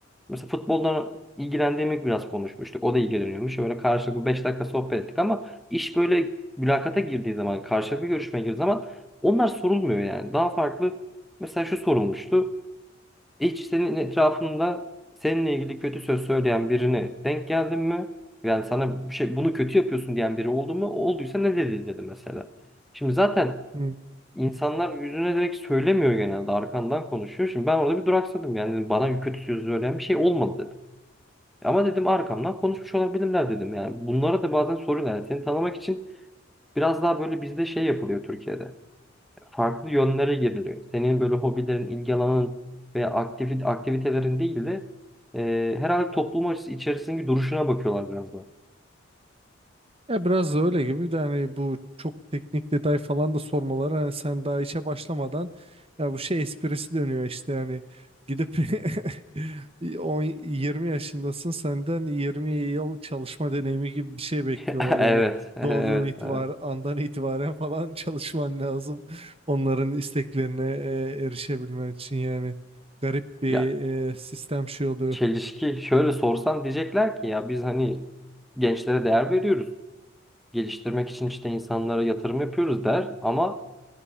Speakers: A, in the centre; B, on the right (about 30°).
A: mesela futboldan ilgilendiğimi biraz konuşmuştuk. O da ilgileniyormuş. Böyle karşılıklı 5 dakika sohbet ettik ama iş böyle mülakata girdiği zaman, karşılıklı görüşmeye girdiği zaman onlar sorulmuyor yani. Daha farklı mesela şu sorulmuştu. Hiç senin etrafında seninle ilgili kötü söz söyleyen birine denk geldin mi? Yani sana bir şey bunu kötü yapıyorsun diyen biri oldu mu? Olduysa ne dedi dedi mesela. Şimdi zaten
B: Hı.
A: insanlar yüzüne direkt söylemiyor genelde arkandan konuşuyor. Şimdi ben orada bir duraksadım yani dedim, bana kötü söz söyleyen bir şey olmadı dedim. Ama dedim arkamdan konuşmuş olabilirler dedim yani. Bunlara da bazen soruyorlar. Yani seni tanımak için biraz daha böyle bizde şey yapılıyor Türkiye'de farklı yönlere giriliyor. Senin böyle hobilerin, ilgi alanın veya aktivit aktivitelerin değil de e, herhalde toplum açısı içerisindeki duruşuna bakıyorlar biraz da.
B: Ya biraz da öyle gibi de hani bu çok teknik detay falan da sormaları hani sen daha işe başlamadan ya bu şey esprisi dönüyor işte hani gidip <laughs> 10 20 yaşındasın senden 20 yıl çalışma deneyimi gibi bir şey bekliyorlar
A: <laughs> Evet,
B: yani
A: evet,
B: doğduğun itibar
A: evet.
B: andan itibaren falan <laughs> çalışman lazım onların isteklerine e, erişebilmen için yani garip bir
A: Ya
B: e, sistem şey oluyor.
A: çelişki şöyle sorsan diyecekler ki ya biz hani gençlere değer veriyoruz. Geliştirmek için işte insanlara yatırım yapıyoruz der ama